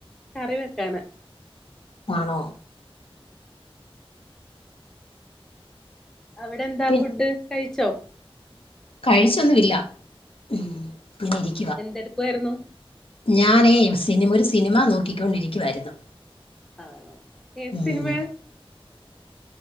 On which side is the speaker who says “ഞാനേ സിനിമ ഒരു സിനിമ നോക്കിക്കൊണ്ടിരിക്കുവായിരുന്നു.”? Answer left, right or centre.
Left